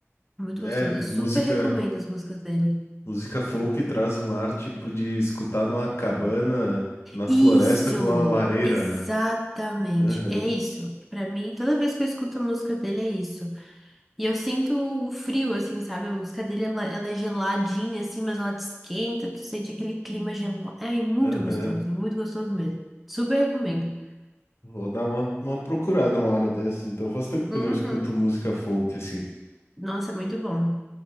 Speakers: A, in the centre; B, on the left.
A: Muito gostoso.
B: É,
A: Eu super
B: música.
A: recomendo as músicas dele.
B: Música folk traz um ar tipo de escutar numa cabana na
A: Isso!
B: floresta com uma lareira,
A: Exatamente.
B: né? Aham,
A: É isso. Pra mim, toda vez que eu escuto a música dele, é isso. E eu sinto o frio, assim, sabe? A música dele, ela, ela é geladinha, assim, mas ela te esquenta, tu sente aquele clima gelado. É muito
B: aham.
A: gostoso, muito gostoso mesmo. Super recomendo.
B: Vou dar uma, uma procurada uma hora dessa, então faz tempo
A: Uhum.
B: que eu não escuto música folk assim.
A: Nossa, é muito bom.